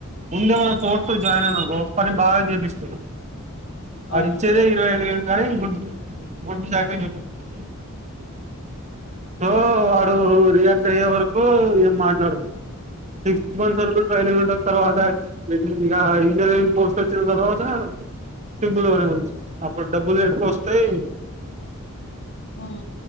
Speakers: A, on the right; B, on the left.
A: ముందే మనం ఫోర్స్ లో జాయిన్ అయిన మనుకో పని బాగా చేపిస్తారు
B: అవును
A: ఆడిచ్చేదేఇరవై
B: సార్
A: ఐదు వేలు కానీ గొడ్డు చాకిరి చేపిస్తారు సో. వాడు రియాల్ట్ అయ్యే వరకు ఏం మాట్లాడదు సిక్స్ మంత్స్ వరకు ట్రైనింగ్ ఉంటది తర్వాత ఇక ఇంజనీరింగ్ పోస్ట్ వచ్చిన తర్వాత సింపుల్గానే ఉంటంది అప్పుడు డబ్బులు ఎక్కువ వస్తాయి
B: ఆం